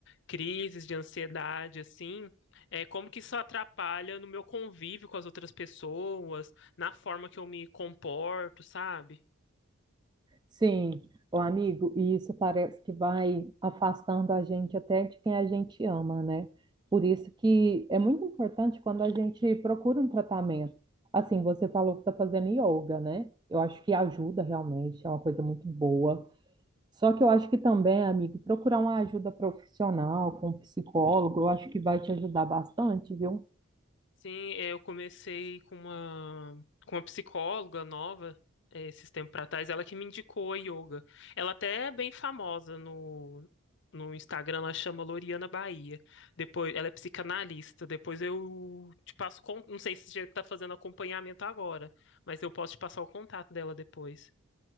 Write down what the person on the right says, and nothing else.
Sim, o amigo, e isso parece que vai afastando a gente até de quem a gente ama, né? Por isso que é muito importante quando a gente procura um tratamento. Assim, você falou que está fazendo yoga, né? Eu acho que ajuda realmente, é uma coisa muito boa. Só que eu acho que também, amigo, procurar uma ajuda profissional com um psicólogo, eu acho que vai te ajudar bastante, viu?